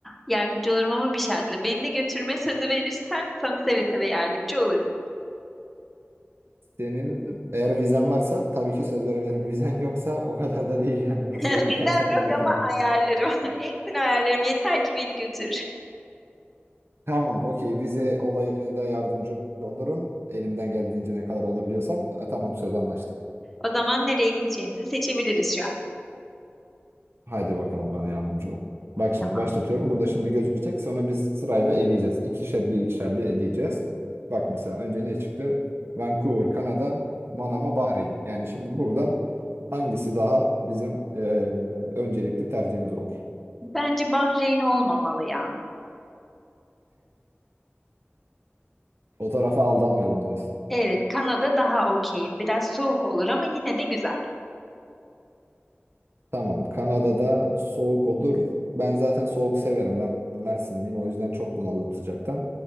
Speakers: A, in the centre; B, on the right.
A: Yardımcı olurum ama bir şartla. Beni de götürme sözü verirsen sana seve seve yardımcı olurum.
B: Senin eğer vizen varsa tabii ki söz verebilirim. <laughs> Vizen yoksa o kadar da değil yani. Nasıl
A: <laughs>
B: yapayım?
A: Bizden
B: Kaçak
A: yok
B: mı getireyim?
A: ama ayarlarım. <laughs> Hepsini ayarlarım. Yeter ki beni götür.
B: Tamam, okey. Vize olayına da yardımcı olurum. Elimden geldiğince ne kadar olabiliyorsam. E, tamam söz anlaştık.
A: O zaman nereye gideceğimizi seçebiliriz şu an.
B: Haydi bakalım bana yardımcı ol. Bak şimdi
A: Tamam.
B: başlatıyorum. Burada şimdi gözükecek. Sonra biz sırayla eleyeceğiz. İkişerli ikişerli eleyeceğiz. Bak mesela önce ne çıktı? Vancouver, Kanada, Manama, Bahreyn. Yani şimdi buradan hangisi daha bizim e, öncelikli tercihimiz olur?
A: Bence Bahreyn olmamalı ya.
B: O tarafa aldanmayalım diyorsun.
A: Evet, Kanada daha okey. Biraz soğuk olur ama yine de güzel.
B: Tamam. Kanada'da soğuk olur. Ben zaten soğuk severim. Ben Mersinliyim. O yüzden çok bunaldım sıcaktan.